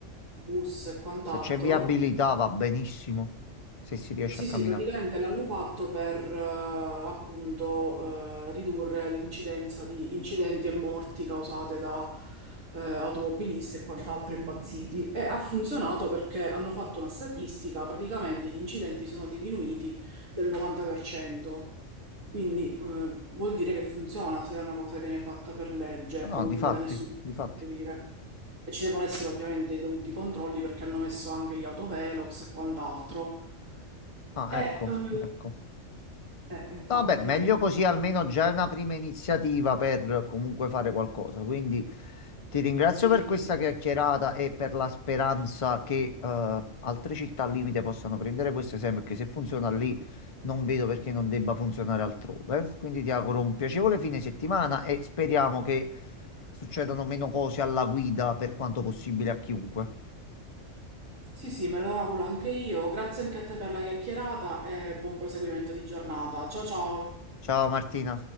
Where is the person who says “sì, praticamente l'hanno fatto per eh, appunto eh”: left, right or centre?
Right